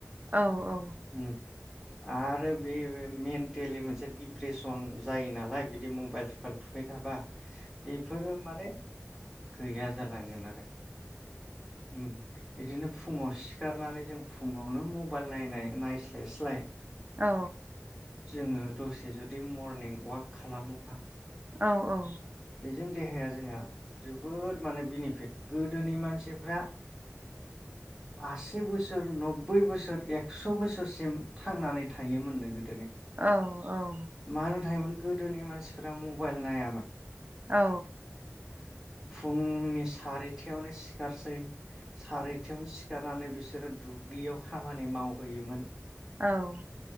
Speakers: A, on the right; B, in the centre.
A: औ औ।
B: उम आरो बे बे मेन्टेलि मोनसे डिप्रेसन जायो नालाय बिदि मबाइल सबाइल थुुबाय थाबा बेफोरो माने गैया जालांगोन आरो उम बिदिनो फुङाव सिखारनानै जों फुंङावनो मबाइल नायनाय नायस्लायस्लाय
A: औ
B: जोङो दसे जुदि मरनिं अवाक खालामोबा
A: औ औ।
B: बेजों देहाया जोंहा जोबोर माने बेनिफिट गोदोनि मानसिफ्रा आसि बोसोर नब बै बोसोर एक्स' बोसोरसिम थांनानै थायोमोन नो गो
A: औ औ
B: मानो थायोमोन गोदोनि मानसिफ्रा मबाइल नायामोन।
A: औ
B: फुंनि सारिथायावनो सिखारसै सारिथायावनो सिखारनानै बिसोरो दुब्लियाव खामानि मावहोयोमोन।
A: औ